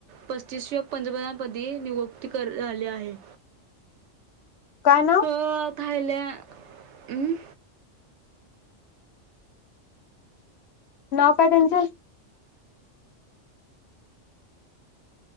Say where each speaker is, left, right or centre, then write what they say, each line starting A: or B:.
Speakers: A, on the right; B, on the left.
A: पस्तीसव्या पंदव्यापदी नियुक्ती करू झाले आहे.
B: काय नाव
A: अ थाईल्या उम्म.
B: नाव काय त्यांचं?